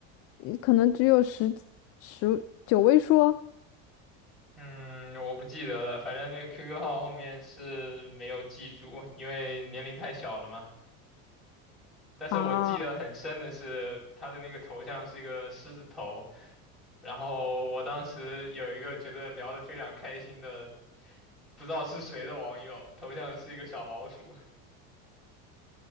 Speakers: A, on the left; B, in the centre.
A: 呃可能只有十几十九位数
B: 嗯，我不记得了，反正那个 QQ 号后面是没有记住，因为年龄太小了嘛。但是我记得很深的是他的那个头像是一个狮子头，
A: 啊！
B: 然后我当时有一个觉得聊得非常开心的，不知道是谁的网友，头像是一个小老鼠。